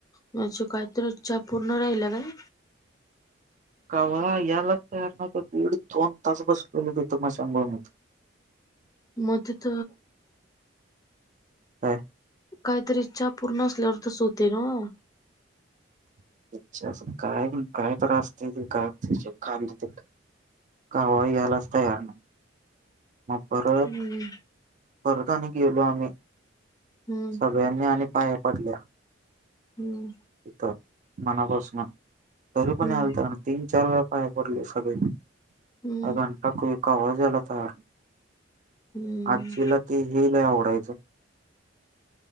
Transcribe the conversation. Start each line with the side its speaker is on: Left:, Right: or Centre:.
Left: म्हजे काहीतर इच्छा अपूर्ण राहिल्या काय.
Right: कावळा यालाच तयार नव्हता, दीड दोन तास बसलेलो ह तिथ स्मशानभूमीत.
Left: म तीथ
Right: काय.
Left: काहीतरी इच्छा अपूर्ण असल्यावर तस होतय नव्ह.
Right: काय काय <unintelligible> कावळा यायलाच तयार नावता. म परत
Left: हम्म
Right: परत आणि गेलो आम्ही
Left: हम्म
Right: सग्यांळयांनी आणि पाया पडल्या.
Left: हम्म
Right: तीथ मनापासन तरी पण
Left: हम्म
Right: यायलात न ती, चार वेळा पाया पडले सगळे
Left: हम्म
Right: अं घंटा कोई कवळाच यायला तयार
Left: हम्म
Right: आजीला ते हे लई आवडायचं, <unintelligible>